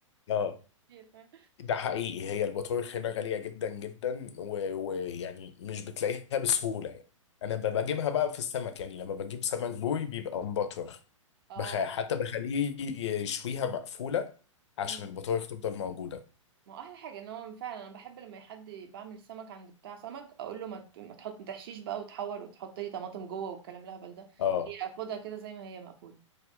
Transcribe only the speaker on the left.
اه
ده حقيقي هي البطارخ هنا غالية جدا جدا و- ويعني مش بتلاقيها بسهولة يعني أنا ب- بجيبها بقى في السمك يعني لما بجيب سمك بوري بيبقى مبطرخ
بخ... حتى بخليه يشويها مقفولة
عشان البطارخ تفضل موجودة
اه